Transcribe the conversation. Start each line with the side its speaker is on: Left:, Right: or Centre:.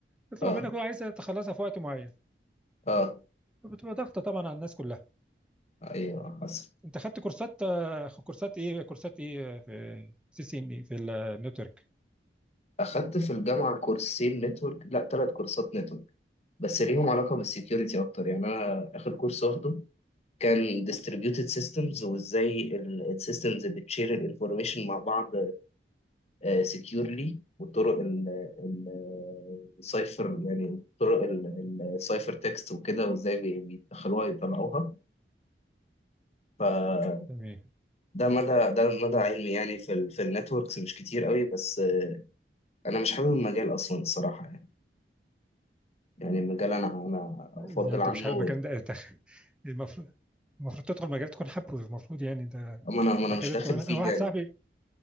Centre: بيطلبوا
Left: اه
Centre: منك كل عايزه تخلصها في وقت معين
Left: اه
Centre: بتبقى ضغطه طبعا على الناس كلها
Left: ايوه حصل
Centre: انت خدت كورسات آه، كورسات ايه كورسات ايه آه، في سي سي ان إيه، في النتورك
Left: اخدت في الجامعه كورسين نتورك لا ثلاث كورسات نتورك بس ليهم علاقه بالسكيورتي اكتر يعني انا اخر كورس واخده كان distributed systems وازاي السيستمز بتشير الانفورميشن مع بعض سكيورلي والطرق ال- ال- السايفر يعني طرق ال- ال- السايفر تكست وكده وازاي بي- بيدخلوها يطلعوها فده
Centre: يعني
Left: مدى ده مدى علمي يعني في ال في النتوركس مش كتير قوي بس انا مش حابب المجال اصلا الصراحه يعني يعني المجال انا انا افضل
Centre: إذا انت
Left: عنه
Centre: مش حابب المكان ده أنت- <laughs> المفروض المفروض تدخل مجال تكون حابه المفروض يعني ده
Left: اما انا أما انا
Centre: ده
Left: مش
Centre: كده
Left: داخل
Centre: انت انا
Left: فيه
Centre: واحد
Left: يعني
Centre: صاحبي